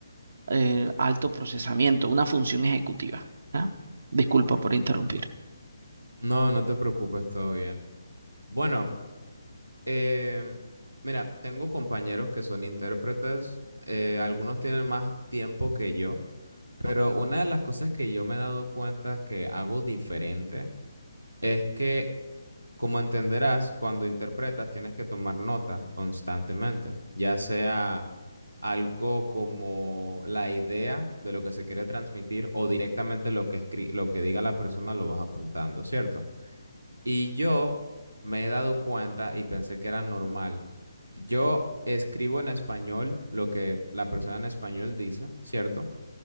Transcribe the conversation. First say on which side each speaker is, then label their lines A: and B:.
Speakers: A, on the right; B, on the right.
A: eh, alto procesamiento, una función ejecutiva. ¿ah? Disculpa por interrumpir.
B: no, no te preocupes, todo bien. Bueno, em, mira, tengo compañeros que son intérpretes, eh, algunos tienen más tiempo que yo, pero una de las cosas que yo me he dado cuenta que hago diferente es que Como entenderás, cuando interpretas tienes que tomar nota constantemente, ya sea algo como la idea de lo que se quiere transmitir o directamente lo que escri- lo que diga la persona lo vas apuntando, ¿cierto? Y yo me he dado cuenta y pensé que era normal. Yo escribo en español lo que la persona en español dice, ¿cierto?